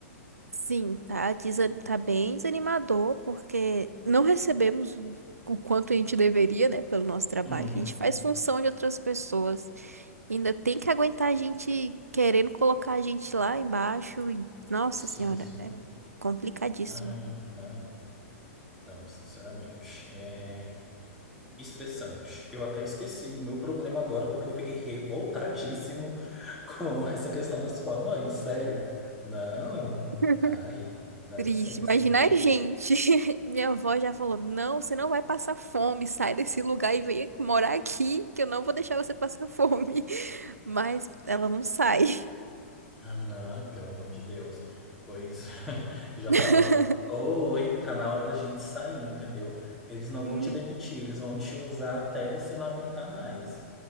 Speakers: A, on the right (about 85°); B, in the centre.
A: Sim, tá, desa- tá bem desanimador, porque não recebemos o o quanto a gente deveria, né, pelo nosso trabalho.
B: Uhum.
A: A gente faz função de outras pessoas. Ainda tem que aguentar a gente querendo colocar a gente lá embaixo. E... Nossa
B: Sim,
A: Senhora,
B: sim.
A: é complicadíssimo.
B: Ai, não, não, sinceramente. É estressante. Eu até esqueci do meu problema agora porque eu fiquei revoltadíssimo <laughs> com essa questão da sua mãe, sério. Não,
A: <laughs>
B: ai, dá
A: Triste.
B: licença,
A: Imagina
B: viu?
A: a gente. <laughs> Minha avó já falou: não, você não vai passar fome. Sai desse lugar e vem morar aqui, que eu não vou deixar você passar fome. <laughs> Mas ela não sai.
B: Ah, não, pelo amor de Deus. Pois <laughs> eu
A: <laughs>
B: já falava, oi, tá na hora da gente sair, entendeu? Eles não
A: Uhum,
B: vão te demitir, eles vão te usar até você não aguentar mais.